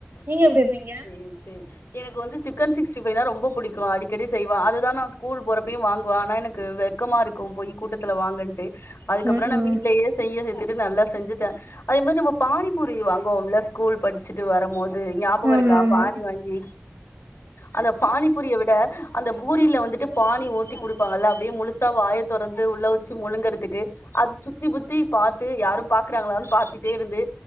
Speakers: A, on the right; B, on the left.
A: நீங்க எப்டி வப்பீங்க
B: ம் சேரி எனக்கு வந்து சிக்கன் சிக்ஸ்டி ஃபைனா ரொம்ப புடிக்கு அடிக்கடி செய்வ அதுதா நா ஸ்கூல் போறப் யு வாங்குவ ஆனா எனக்கு வெக்கமா இருக்கு போயி கூட்டத்துல வாங்கன்ட்டு அதுக்கப்றோ
A: ம்
B: நா
A: ம்
B: வீட் லயே செய்ய சேத்துட்டு நல்லா செஞ்சுட்டே அதே மாரி நம்ம பானிபூரி வாங்குவோம்ல ஸ்கூல் படிச்சுட்டு வரும்போது ஞாபகருக்
A: ஆமா ஆமா
B: ங்கி அந்த பானிபூரிய விட அந்த பூரியில வந்துட்டு பானி ஊத்தி குடுப்பாங்கல்ல அப்டியே முழுசா வாய தொறந்து உள்ள வச்சு முழுங்கறதுக்கு அது சுத்தி புத்தி பாத்து யாரு பாக்குறாங்களானு பாத்திட்டே இருந்து